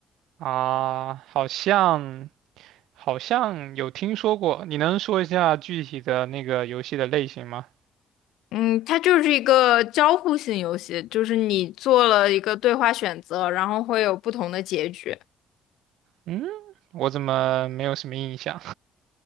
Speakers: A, on the right (about 85°); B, on the left (about 85°).
A: 啊，好像好像有听说过。你能说一下具体的那个游戏的类型吗？
B: 嗯，它就是一个交互性游戏，就是你做了一个对话选择，然后会有不同的结局。
A: 嗯，我怎么没有什么印象